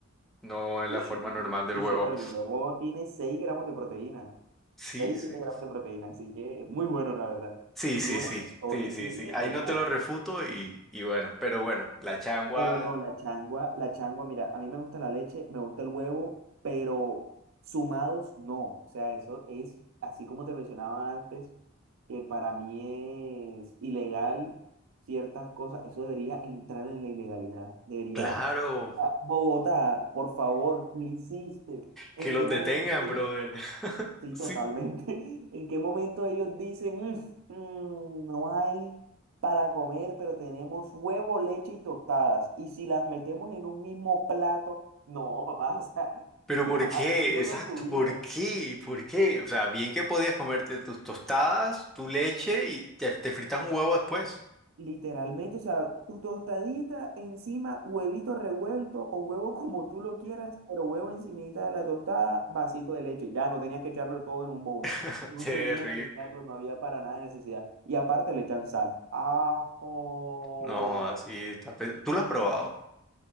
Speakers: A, in the centre; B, on the right.
A: no en
B: Touché,
A: la forma normal del
B: touché,
A: huevo.
B: pero el huevo tiene 6 gramos de proteína.
A: Sí,
B: seis
A: sí.
B: siete gramos de proteína, así que es muy bueno, la verdad.
A: Sí, sí,
B: Muy bueno.
A: sí,
B: O
A: sí,
B: ese
A: sí,
B: sí tiene
A: sí. Ahí
B: de
A: no
B: todo.
A: te lo refuto y, y bueno, pero bueno, la changua,
B: Pero no, la changua, la changua, mira, a mí me gusta la leche, me gusta el huevo, pero sumados no. O sea, eso es, así como te mencionaba antes, que para mí es ilegal ciertas cosas, eso debería entrar en la ilegalidad. Debería...
A: claro.
B: Ah, Bogotá, por favor, ¿qué hiciste? ¿En
A: Que los
B: qué momento
A: detengan,
B: tú
A: brother. <laughs>
B: Sí,
A: Sí.
B: totalmente. <laughs> ¿En qué momento ellos dicen, "Mm, mm, no hay para comer, pero tenemos huevo, leche y tostadas? Y si las metemos en un mismo plato, no, papá, <laughs> o sea,
A: Pero
B: ¿qué
A: ¿por
B: estás
A: qué?
B: haciendo
A: Exacto,
B: con tu vida?
A: ¿por qué? ¿Por qué? O sea, bien que podías comerte tus tostadas, tu leche y te, te fritas un huevo después.
B: Literalmente, o sea, tu tostadita encima, huevito revuelto o huevo <laughs> como tú lo quieras, pero huevo encimita de la tostada, vasito de leche. Ya no tenías que echarlo todo en un bowl.
A: <laughs>
B: No
A: terrible
B: tenías que echarlo, no había para nada necesidad. Y aparte le echan sal. Ajo.
A: No, así está. pe- ¿Tú lo has probado?